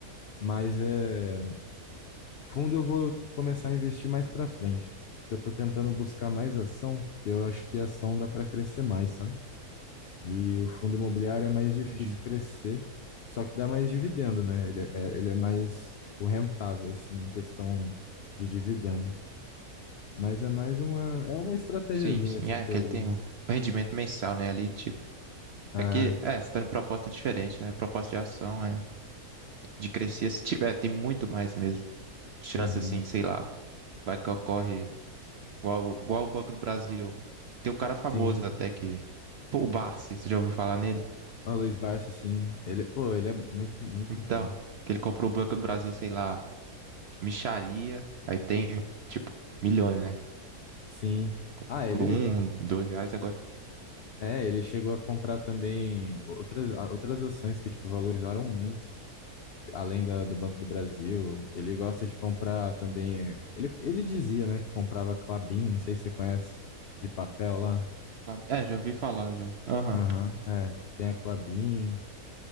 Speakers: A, on the left (about 80°); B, on the right (about 65°).
A: Mas é fundo eu vou começar a investir mais para frente, que eu tô tentando buscar mais ação, que eu acho que a ação dá para crescer mais, sabe? E o fundo imobiliário é mais difícil
B: entendi.
A: crescer, só que dá mais dividendo, né? Ele é, é, ele é mais, tipo, rentável, assim, em questão de dividendo. Mas é mais uma, é uma estratégiazinha,
B: Sim, sim.
A: assim,
B: É,
A: que
B: que
A: eu
B: ele
A: uso.
B: tem um rendimento mensal, né? Ali, tipo.
A: Ah,
B: É que, é, você tá em proposta diferente, né? Proposta de ação é de crescer. Se tiver, tem muito mais mesmo. Chance,
A: uhum,
B: assim, sei lá. Vai que ocorre. Igual, igual o Banco do Brasil. Tem um cara famoso
A: sim.
B: até que. Pô, o Barsi, você já ouviu falar nele?
A: O Luiz Barsi, sim. Ele, pô, ele é muito, muito
B: Então,
A: bom.
B: que ele comprou o Banco do Brasil, sei lá, mixaria. Aí tem, tipo, milhões, né?
A: Sim.
B: Comprou
A: Ah, ele,
B: por um, dois reais agora.
A: é, ele chegou a comprar também outras, outras ações que, tipo, valorizaram muito. além da- do Banco do Brasil, ele gosta de comprar também. Ele, ele dizia, né, que comprava Klabin, não sei se você conhece, de papel lá.
B: É, já ouvi falar já. Aham.
A: Aham, é. Tem a Klabin,